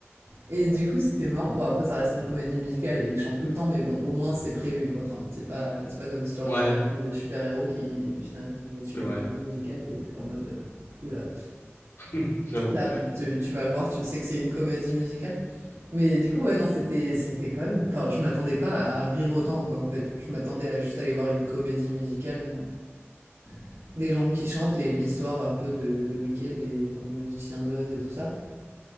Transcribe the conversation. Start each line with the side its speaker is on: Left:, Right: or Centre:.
Right: Et du coup, c'était marrant. Bon, après, ça reste une comédie musicale et ils chantent tout le temps, mais bon, au moins c'est prévu, quoi. Enfin, c'est pas, c'est pas comme si tu regardais
Left: Ouais,
Right: un film de super-héros qui finalement est
Left: c'est
Right: une
Left: vrai.
Right: comédie musicale et t'es en mode, euh, oula.
Left: <laughs> J'avoue.
Right: Là, bon, tu, tu vas le voir, tu sais que c'est une comédie musicale. Mais du coup, ouais, non, c'était, c'était quand même. Enfin, je m'attendais pas à rire autant, quoi, en fait. Je m'attendais à juste aller voir une comédie musicale, euh, des gens qui chantent et l'histoire un peu de, de Wicked et enfin, du Magicien d'Oz et tout ça.